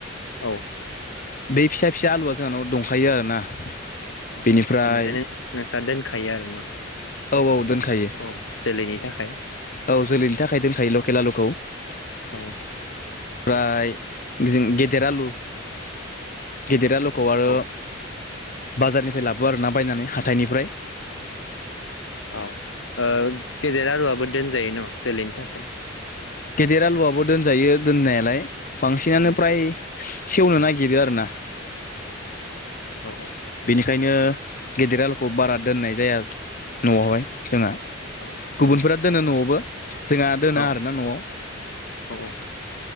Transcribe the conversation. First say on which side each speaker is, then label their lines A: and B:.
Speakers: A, on the left; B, on the left.
A: औ
B: बे फिसा फिसा आलुआ जोंहानाव दंखायो आरोना।
A: उम
B: बेनिफ्राय
A: मा माने नों नोंस्रा दोनखायो आरो ना?
B: औ औ दोनखायो
A: औ जोलैनि थाखाय।
B: औ जोलैनि थाखाय दोनखायो लकेल आलुखौ। ओमफ्राय
A: औ
B: जों गेदेर आलु, गेदेर आलु खौ आरो
A: औ
B: बाजारनिफ्राय लाबो आरोना बायनानै हाथाइनिफ्राय।
A: औ ओ गेदेर आलुआबो दोनजायो न' जोलैनि थाखाय?
B: गेदेर आलुआबो दोनजायो दोननायालाय बांसिनानो
A: औ
B: फ्राय सेवनो नागिरो आरो ना।
A: औ औ।
B: बेनिखायनो गेदेर आलुखौ बारा दोननाय जाया न'आवहाय जोंहा।
A: औ औ
B: गुबुनफोरा दोनो न'आवबो जोंहा दोना
A: औ
B: आरोना न'आव।
A: औ